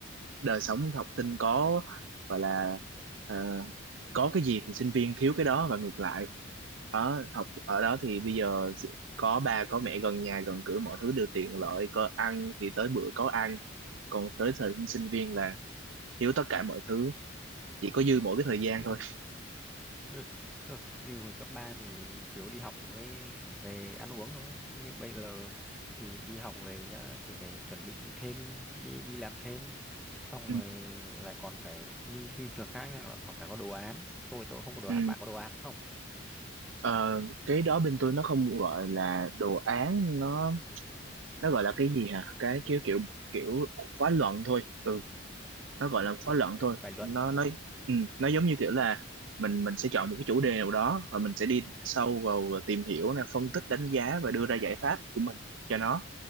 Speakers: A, on the right (about 65°); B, in the centre.
A: đời sống học sinh có gọi là ờ, có cái gì thì sinh viên thiếu cái đó và ngược lại ở học ở đó thì bây giờ sự- có ba có mẹ gần nhà gần cửa mọi thứ đều tiện lợi có ăn thì tới bữa có ăn còn tới thời sinh viên là thiếu tất cả mọi thứ chỉ có dư mỗi cái thời gian
B: <laughs>
A: thôi
B: Ừ, ừ, như hồi cấp ba thì chủ yếu đi học với về ăn uống thôi nhưng bây giờ thì đi học về nhá thì phải chuẩn bị thêm đi đi làm thêm xong
A: ừ.
B: rồi lại còn phải như như trường khác này lại còn phải có đồ án tôi tôi không có đồ
A: Ừ.
B: án bạn có đồ án không
A: Ờ, cái đó bên tôi nó không gọi là đồ án nó nó gọi là cái gì hả cái kiểu kiểu kiểu khóa luận thôi ừ
B: Ừ,
A: nó gọi là
B: luận
A: khóa luận thôi
B: bài luận
A: nó nó ừ, nó giống như kiểu là mình mình sẽ chọn một cái chủ đề nào đó và mình sẽ đi sâu vào và tìm hiểu nè phân tích đánh giá và đưa ra giải pháp của mình cho nó